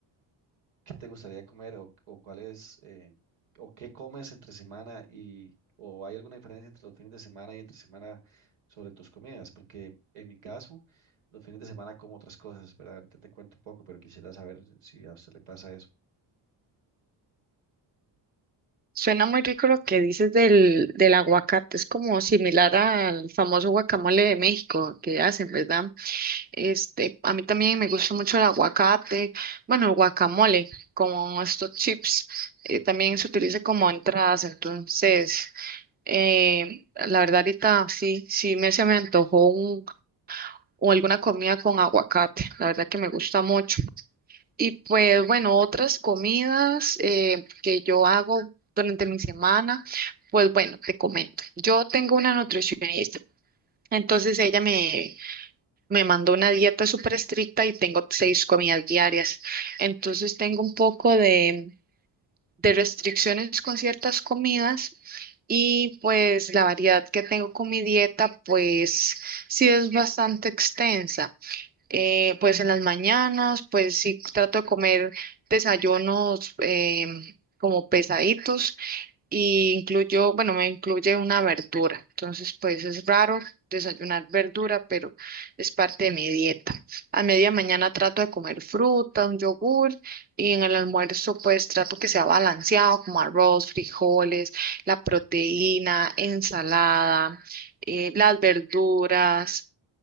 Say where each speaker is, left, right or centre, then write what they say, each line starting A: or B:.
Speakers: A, on the right; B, on the right.
A: ¿Qué te gustaría comer o, o cuál es, eh, o qué comes entre semana y, o hay alguna diferencia entre los fines de semana y entre semana sobre tus comidas? Porque en mi caso, los fines de semana como otras cosas, ¿verdad? Ahorita te cuento un poco, pero quisiera saber si a usted le pasa eso.
B: Suena muy rico lo que dices del, del aguacate, es como similar al famoso guacamole de México que hacen, ¿verdad? Este, a mí también me gusta mucho el aguacate, bueno, el guacamole, como estos chips, eh, también se utiliza como entradas, entonces, eh, la verdad ahorita sí, sí me se me antojó un, o alguna comida con aguacate, la verdad que me gusta mucho. Y pues bueno, otras comidas eh, que yo hago durante mi semana, pues bueno, te comento, yo tengo una nutricionista. Entonces ella me, me mandó una dieta súper estricta y tengo seis comidas diarias. Entonces tengo un poco de, de restricciones con ciertas comidas y pues la variedad que tengo con mi dieta pues sí es bastante extensa. Eh, pues en las mañanas pues sí trato de comer desayunos em, como pesaditos y incluyo, bueno, me incluye una verdura. Entonces, pues es raro desayunar verdura, pero es parte de mi dieta. A media mañana trato de comer fruta, un yogur y en el almuerzo pues trato que sea balanceado, como arroz, frijoles, la proteína, ensalada, eh, las verduras.